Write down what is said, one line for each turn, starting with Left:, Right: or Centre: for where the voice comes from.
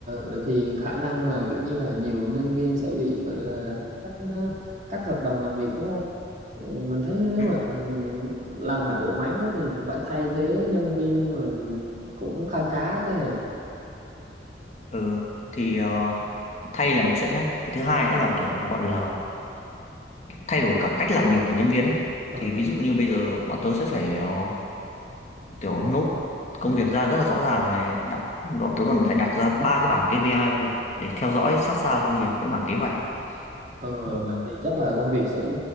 Right: vậy thì khả năng là kiểu như là nhiều nhân viên sẽ bị gọi là cắt ờ, cắt hợp đồng làm việc đúng không? Ừ, Mình thấy nếu
Left: ừ
Right: mà làm lại bộ máy đó thì cũng phải thay thế nhân viên rồi cũng khá khá chứ hề.
Left: Ừ, thì ờ, thay là một chuyện nhá cái thứ hai nữa là kiểu gọi là thay đổi cả cách làm việc của nhân viên ấy
Right: Ờ,
Left: thì ví dụ như bây giờ bọn tớ sẽ phải ờ, kiểu nốt công việc ra rất là rõ ràng này đặt bọn tớ còn phải đặt ra ba cái bảng KPI luôn để theo dõi sát sao công việc với bảng kế hoạch
Right: Ờ,
Left: ừ,
Right: vậy thì chắc là công việc sẽ